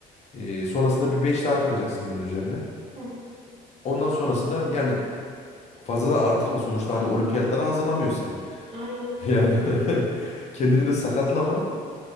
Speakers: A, on the left; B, on the right.
A: Ee, sonrasında bir 5 daha takacaksın bunun üzerine.
B: hı hı.
A: Ondan sonrasında yani fazla da artırma. Sonuçta hani olimpiyatlara hazırlamıyor seni. <laughs>
B: Aynen.
A: Yani <laughs> kendini de sakatlama.